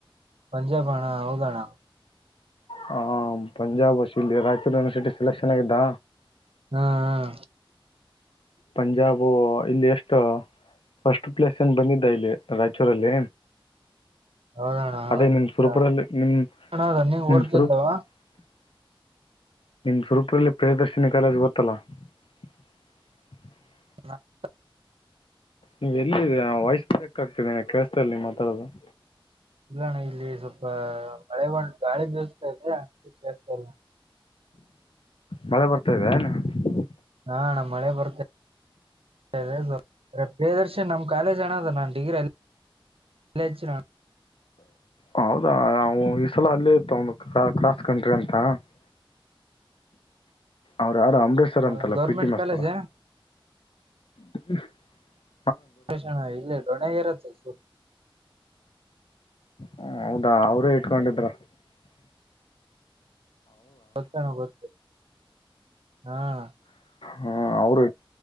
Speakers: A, on the right (about 85°); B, on the left (about 70°).
A: ಪಂಜಾಬ್ ಆ ಅಣ್ಣ ಹೌದ ಅಣ್ಣಾ
B: ಹಾ ಪಂಜಾಬ್ ಅ ಇಲ್ಲಿ ರಾಯಚೂರು ಯನಿವರ್ಸಿಟಿ ಸೆಲೆಕ್ಷನ್ ಆಗಿದ್ದ
A: ಹಾ ಹಾ
B: ಪಂಜಾಬು ಇಲ್ಲಿ ಎಷ್ಟು ಫಸ್ಟ್ ಪ್ಲೇಸ್ ಏನ್ ಬಂದಿದ್ದ ಇಲ್ಲಿ ರಾಯಚೂರಲ್ಲಿ
A: ಹೌದಣ್ಣ
B: ಅದೆ,
A: ನಿಜ.
B: ನಿಮ್, ಸೂರುಪಲ್ಲಿ, ನಿಮ್,
A: ಅಣ್ಣ ರನ್ನಿಂಗ್ ಓಡ್ತಿದ್ದವ
B: ಸೂರುಪಲ್ಲಿ. <unintelligible> ನಿಮ್, ಸುರಪುರಲ್ಲಿ, ಪ್ರಿಯದರ್ಶಿನಿ ಕಾಲೇಜು ಗೊತ್ತಲಾ? <unintelligible>
A: ನಾ. <unintelligible>
B: ನೀವ್, ಎಲ್ಲಿ ವಯಸ್ಬ್ರೇಕ್! ಆಗ್ತಿದೆ ಕೆಲ್ಸದಲ್ಲಿ ಮಾತಾಡೋದು. <inaudible>
A: ಇಲ್ಲಣ್ಣ, ಇಲ್ಲಿ ಸ್ವಲ್ಪ! ಮಳೆಗೊಂಡ್ ಗಾಳಿ ಬೀಸ್ತಾ ಇದೆ, ಅದಕ್ಕೆ, ಕೇಳ್ತಾ ಇಲ್ಲ. <inaudible>
B: ಮಳೆ, ಬರುತ್ತದೆಯೇನು. <inaudible>
A: ಹಾ, ಅಣ್ಣ, ಮಳೆ ಬರುತ್ತ. <unintelligible> ಪ್ರಿಯದರ್ಶನ್, ನಮ್, ಕಾಲೇಜ್, ಅಣ್ಣಾಧು ನಾನ್, ಡಿಗ್ರಿ ಅಲ್ಲಿ? <unintelligible> ಲೆಚರ.. <unintelligible>
B: ಹೌದಾ, ಈ ಸಲ ಅಲ್ಲೇ, ತಾಕೋಬೇಕು, ಕ್ರಾಸ್, ಕಂಟ್ರಿಯಂತ. <unintelligible>
A: <unintelligible> <inaudible>
B: ಅವ್ರ, ಯಾರು, ಅಂಬರೀಶ್, ಸರ್
A: ಹೌದಾ,
B: ಅಂತಲ್ಲ.
A: government
B: PT, master.
A: ಕಾಲೇಜ್
B: <inaudible> ಹ್ಮ.. <unintelligible>
A: ಹರೀಶನ, ಇಲ್ಲೈ, ದೊಡ್ಡಗೆರೆ, ಅಂತ ಹೆಸರು. <unintelligible>
B: ಹ, ಹೌದಾ! ಅವ್ರೇ, ಇಟ್ಟುಕೊಂಡಿದ್ದರು. <unintelligible>
A: ಗೋತ್ತಣ, ಗೊತ್ತು. <unintelligible> ಹಾ. <inaudible>
B: ಹಾ, ಅವರು,